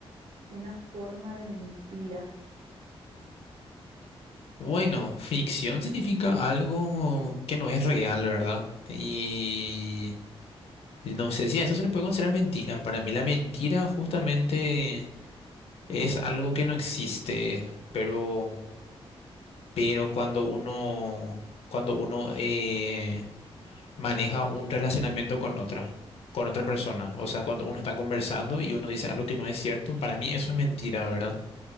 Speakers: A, on the right; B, on the left.
A: Una forma de mentira.
B: Bueno, ficción significa algo que no es real, ¿verdad? Y no sé si a eso se le puede considerar mentira. Para mí la mentira justamente es algo que no existe, pero, pero cuando uno, cuando uno eh, maneja un relacionamiento con otra, con otra persona, o sea, cuando uno está conversando y uno dice algo que no es cierto, para mí eso es mentira, ¿verdad?